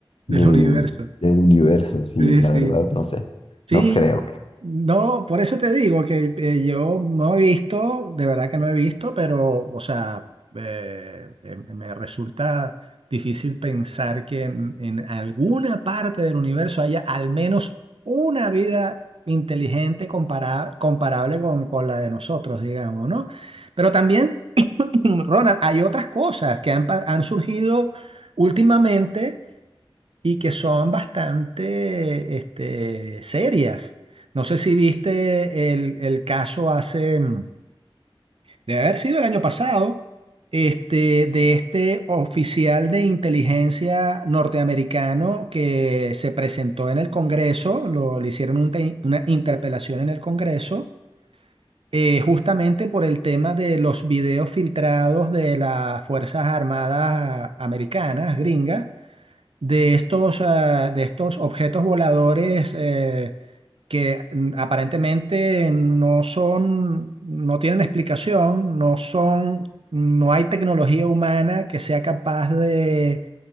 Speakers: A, on the right (about 75°); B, on the left (about 80°).
A: del
B: de,
A: universo.
B: del universo. Sí,
A: Sí,
B: la
A: sí.
B: verdad, no sé,
A: Sí,
B: no creo que.
A: no, por eso te digo que eh, yo no he visto, de verdad que no he visto, pero, o sea, eh, eh, me resulta difícil pensar que en, en alguna parte del universo haya al menos una vida inteligente compara- comparable con, con la de nosotros, digamos, ¿no? Pero también, <laughs> <clears throat> Ronald, hay otras cosas que han, pa- han surgido últimamente y que son bastante este, serias. No sé si viste el, el caso hace, mm, debe haber sido el año pasado, este, de este oficial de inteligencia norteamericano que se presentó en el Congreso, lo, le hicieron un te- una interpelación en el Congreso. eh, justamente por el tema de los videos filtrados de las Fuerzas Armadas americanas, gringas, de estos, ah, de estos objetos voladores eh, que mm, aparentemente no son, no tienen explicación, no son, no hay tecnología humana que sea capaz de,